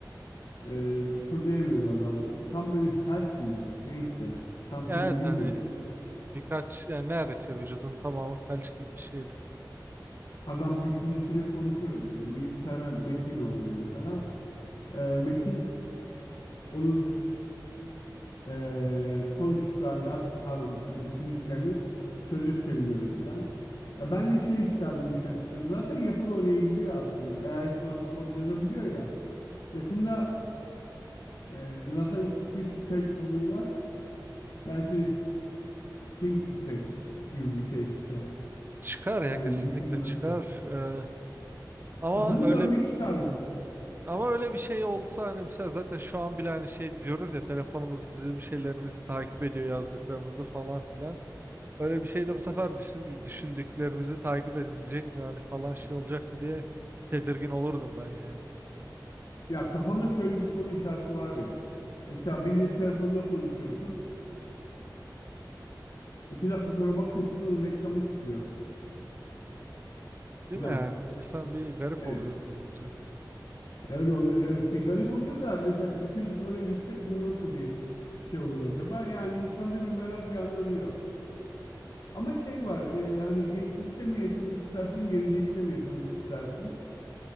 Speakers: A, on the left; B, on the right.
A: e, kıpırdayamıyordu adam. Tam böyle felç miydi? Neyse. Tam
B: Ya
A: şeyini
B: Evet
A: bilmiyorum.
B: hani e, birkaç yani neredeyse vücudun tamamı felç gibi bir şeydi.
A: Adam düşüncesiyle konuşuyor. Bilgisayara metin yolluyor mesela. E, metin onun e, konuştuklarını ya pardon sö- düşündüklerini söze çeviriyordu filan. Ya ben de şey isterdim işten çıkıyor. Zaten yapı da oraya gidiyor aslında. Eğer şu anda kod yazabiliyor ya. Yakında e, zaten speech to text olayı var. Belki de think to text gibi bir şey çıkar.
B: Çıkar ya
A: Yani
B: kesinlikle
A: düşünüyorsun.
B: çıkar. Ee, ama
A: Ha, bunu
B: öyle
A: görmek
B: bir
A: isterdim.
B: Ama öyle bir şey olsa hani mesela zaten şu an bile hani şey diyoruz ya telefonumuz bizim şeylerimizi takip ediyor yazdıklarımızı falan filan. Öyle bir şey de bu sefer düşün- düşündüklerimizi takip edilecek mi yani falan şey olacak mı diye tedirgin olurdum ben yani.
A: Ya kafamda şöyle bir soru işareti var benim. Mesela biriyle telefonda konuşuyorsun. İki dakika sonra bakıyorsun onun reklamı çıkıyor filan.
B: Değil mi yani? İnsan bir garip
A: Evet.
B: oluyor öyle olunca.
A: Öyle oluyor. Evet bir garip oluyor da mesela 200 oraya gitsek bu nasıl bir şey olur acaba? Yani insanda bir merak uyandırıyor. Ama şey var e, hani geçmişte mi yaşamak istersin, gelecekte mi yaşamak istersin?